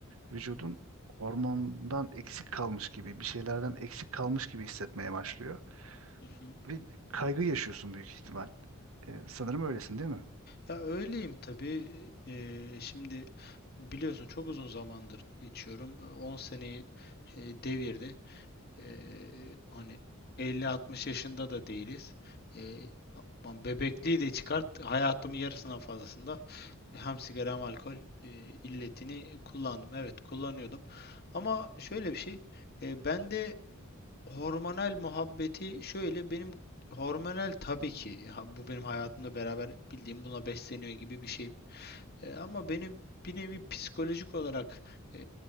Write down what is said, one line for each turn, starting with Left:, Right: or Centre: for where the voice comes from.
Right: vücudun hormondan eksik kalmış gibi bir şeylerden eksik kalmış gibi hissetmeye başlıyor
Left: Hı hı.
Right: ve kaygı yaşıyorsun büyük ihtimal. E, sanırım öylesin değil mi?
Left: Ya öyleyim tabii. Eee, şimdi biliyorsun çok uzun zamandır içiyorum. E, 10 seneyi e, devirdi. Eee, hani 50-60 yaşında da değiliz. Eee, ama bebekliği de çıkart. Hayatımın yarısından fazlasında hem sigara hem alkol e, illetini kullandım. Evet kullanıyordum. Ama şöyle bir şey. E, bende hormonal muhabbeti şöyle benim Hormonal tabii ki ha- bu benim hayatımda beraber bildiğim buna besleniyor gibi bir şey e, ama beni bir nevi psikolojik olarak e,